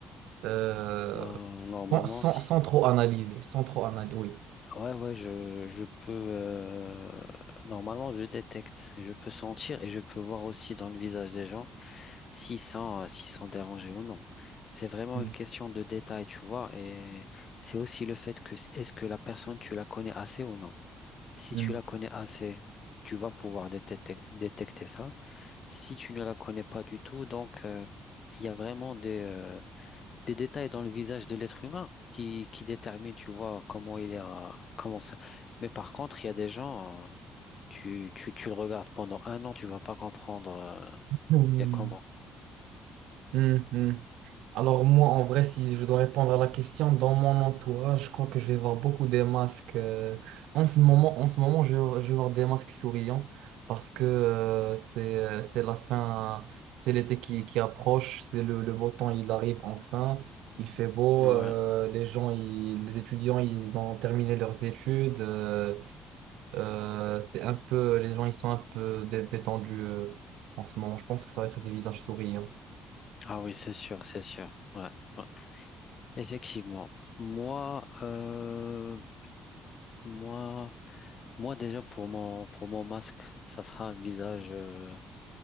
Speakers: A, on the right (about 85°); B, on the left (about 50°).
A: Euh,
B: Bah, normalement,
A: sans, sans-
B: si.
A: sans trop analyser sans trop analyser oui
B: Ouais, ouais, je, je peux. euh, Normalement, je détecte. Je peux sentir et je peux voir aussi dans le visage des gens. s'ils sont, euh, s'ils sont dérangés ou non. C'est vraiment
A: Mm,
B: une question de détail, tu vois, et c'est aussi le fait que s- est-ce que la personne, tu la connais assez ou non. Si
A: mm.
B: tu la connais assez, tu vas pouvoir détecter, détecter ça. Si tu ne la connais pas du tout, donc euh, il y a vraiment des, euh, des détails dans le visage de l'être humain qui, qui déterminent, tu vois, comment il est, euh, comment ça. Mais par contre, il y a des gens, euh, tu, tu, tu le regardes pendant un an, tu vas pas comprendre, euh,
A: oui
B: il est comment.
A: Hmm. hum. Alors moi, en vrai, si je dois répondre à la question, dans mon entourage, je crois que je vais voir beaucoup des masques. euh, en ce moment, en ce moment, je vais, je vais voir des masques souriants parce que euh, c'est euh, c'est la fin, c'est l'été qui, qui approche, c'est le, le beau temps, il arrive enfin, il fait beau,
B: Ouais.
A: euh, les gens, ils- les étudiants, ils ont terminé leurs études, euh, euh, c'est un peu, les gens, ils sont un peu dé- détendus euh, en ce moment. Je pense que ça va être des visages souriants.
B: Ah oui, c'est sûr, c'est sûr. Ouais, ouais. Effectivement. Moi, euh, moi, moi déjà pour mon pour mon masque, ça sera un visage euh,